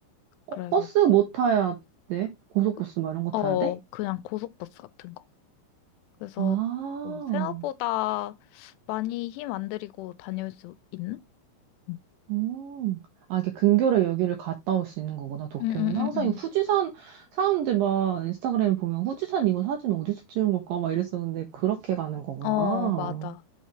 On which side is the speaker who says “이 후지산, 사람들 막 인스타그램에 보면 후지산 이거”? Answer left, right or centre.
Right